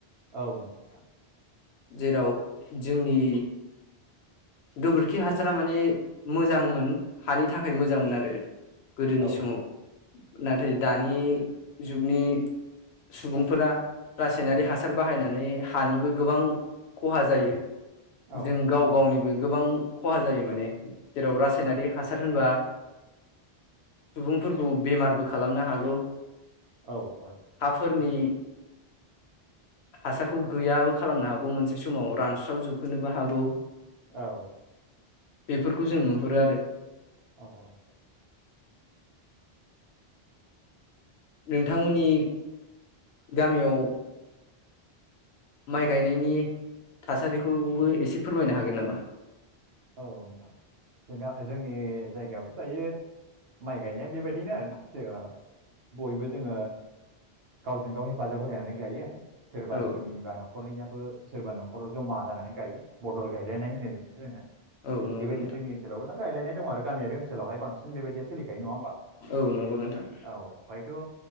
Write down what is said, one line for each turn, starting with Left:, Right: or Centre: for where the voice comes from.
Right: औ नंगौ नोंथां
Left: जेराव जोंनि गोबोरखि हासारा माने मोजांमोन हानि थाखाय मोजां मोन आरो गोदोनि
Right: औ
Left: समाव नाथाय दानि जुगनि सुबुंफोरा रासायनारि हासार बाहायनानै हानिबो गोबां खहा जायो
Right: औ
Left: जों गाव
Right: नंगौ
Left: गावनिबो गोबां खहा जायो माने जेराव रासायनारि
Right: औ
Left: हासार मानो होनबा सुबुंफोरखौ बेमारबो खालामनो हागौ
Right: औ औ
Left: फोरनि हासारखौ गैयाबो खालामनो हागौ मोनसे समाव रानस्रावजोबहोनोबो हागौ
Right: औ
Left: बेफोरखौ जों नुहुरो आरो
Right: औ औ
Left: नोंथांमोननि गामियाव माइ गायनायनि थासारिखौबो एसे फोरमायनो हागोन नामा
Right: औ नोंथां जों जोंनि जायगायावथ' दायो माइ गायनाया बेबायदिनो आरोना जो बयबो जोङो गावजों गाव हेफाजाब होलायनानै गायो आरो सोरबा
Left: औ
Right: सोरनिबा न'खरनियाबो सोरबा न न'खराव जमा जानानै गायो बदल गायलायनाय होनो बेखौनो जोङो
Left: औ नंगौ
Right: बेबायदि
Left: नोंथां
Right: जोंनि ओनसोलावबो दा गायलायनाय दं आरो गामियारि ओनसोलावहाय बांसिन बेबायदि सोलिखायो नङा होमबा
Left: औ नंगौ नोंथां
Right: औ बाय थ'